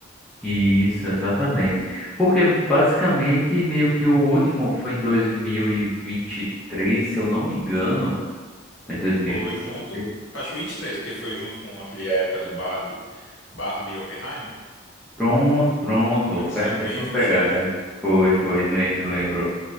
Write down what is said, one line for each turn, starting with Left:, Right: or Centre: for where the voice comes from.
Centre: isso, exatamente. Porque basicamente, meio que o último foi em dois mil e e vinte e três se eu não me engano. Foi em dois mil
Left: Foi
Centre: e e vinte
Left: junto,
Centre: e três
Left: acho 23, porque foi junto com aquele época do Barbie, Barbie e Oppenheimer.
Centre: Pronto, pronto.
Left: Ele saiu
Centre: Foi a mesma
Left: bem juntinho
Centre: pegada.
Left: ali.
Centre: Foi, foi, lembro, lembro.